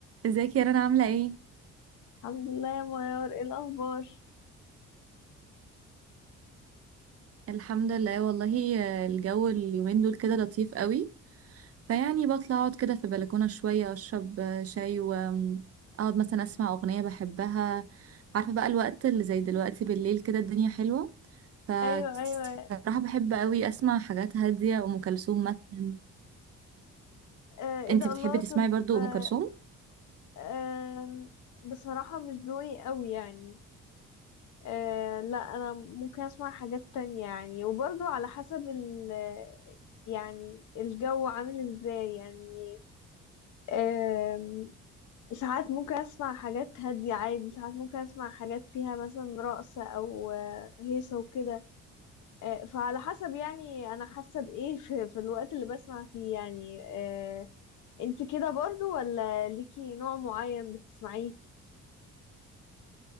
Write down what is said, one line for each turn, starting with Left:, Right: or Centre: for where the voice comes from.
Right: ازيك يا رنا عاملة ايه؟
Left: الحمد لله يا ميار ايه الاخبار
Right: الحمد لله والله آه، الجو اليومين دول كده لطيف قوي فيعني بطلع اقعد كده في البلكونة شوية اشرب آه، شاي واقعد مثلا اسمع اغنية بحبها عارفة بقى الوقت اللي زي دلوقتي بالليل كده الدنيا حلوة فصراحة
Left: ايوه ايوه
Right: بحب قوي اسمع حاجات هادية ام كلثوم مثلا
Left: آه ايه
Right: انتي
Left: ده
Right: بتحبي
Left: الله
Right: تسمعي
Left: طب
Right: برضو
Left: آه
Right: ام كلثوم؟
Left: آه بصراحه مش ذوقي قوي يعني آه لا انا ممكن اسمع حاجات تانية يعني وبرضو على حسب ال يعني الجو عامل ازاي يعني آه ساعات ممكن اسمع حاجات هاديه عادي ساعات ممكن اسمع حاجات فيها مثلا رقص او آه، هيصه وكده آه، فعلى حسب يعني انا حاسه بايه <laughs> في, في الوقت اللي بسمع فيه يعني آه، انت كده برضو ولا ليكي نوع معين بتسمعيه